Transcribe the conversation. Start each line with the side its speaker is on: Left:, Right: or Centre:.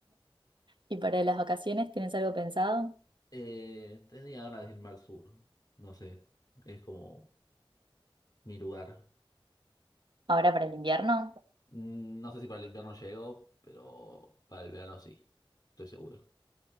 Right: ¿Y para las vacaciones tienes algo pensado?
Left: Eh, tenía ganas de irme al sur. No sé, es como mi lugar.
Right: Ahora para el invierno.
Left: Mm, No sé si para el invierno llego, pero para el verano sí, estoy seguro.